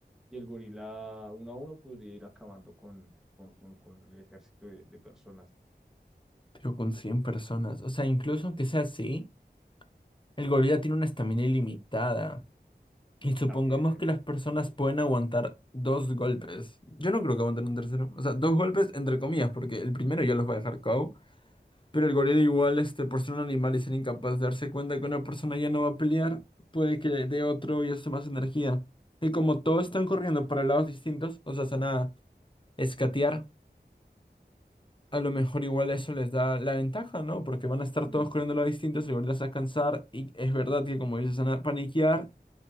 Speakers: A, in the centre; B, on the left (about 30°).
A: y el gorila uno a uno podría ir acabando con, con, con, con el ejército de, de personas.
B: Pero con 100 personas. O sea, incluso aunque sea así, el gorila tiene una estamina ilimitada. Y supongamos
A: También.
B: que las personas pueden aguantar dos golpes. Yo no creo que aguanten un tercero. O sea, dos golpes entre comillas, porque el primero ya los va a dejar KO. Pero el gorila igual, este, por ser un animal y ser incapaz de darse cuenta que una persona ya no va a pelear, puede que le dé otro y eso más energía. Y como todos están corriendo para lados distintos, o sea, se van a escatear, a lo mejor igual eso les da la ventaja, ¿no? Porque van a estar
A: mm,
B: todos corriendo a lados distintos, el gorila se va a cansar y es verdad que como dices, se van a paniquear,